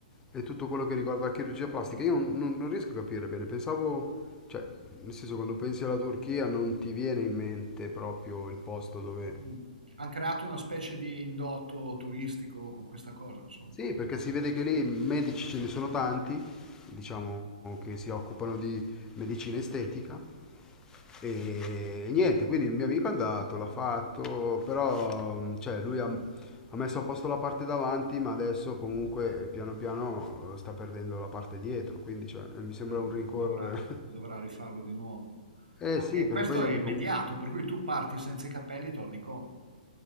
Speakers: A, on the left; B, on the right.
A: e tutto quello che riguarda la chirurgia plastica. Io non, non- non riesco a capire bene, pensavo, cioè, nel senso, quando pensi alla Turchia non ti viene in mente proprio il posto dove
B: Mm. Hanno creato una specie di indotto turistico con questa cosa, insomma.
A: Sì, perché si vede che lì medici ce ne sono tanti, diciamo che si occupano di medicina estetica e niente, quindi il mio amico è andato, l'ha fatto, però mm, cioè, lui ha, ha messo a posto la parte davanti, ma adesso comunque eh, piano piano eh, sta perdendo la parte dietro, quindi cioè, mi sembra
B: Eh, dov-
A: un rincorrere.
B: Dovrà,
A: <laughs>
B: dovrà rifarlo di nuovo.
A: Eh
B: Ma
A: sì,
B: eh,
A: perché
B: questo
A: poi devi
B: è immediato,
A: comunque...
B: per cui tu parti senza i capelli e torni con.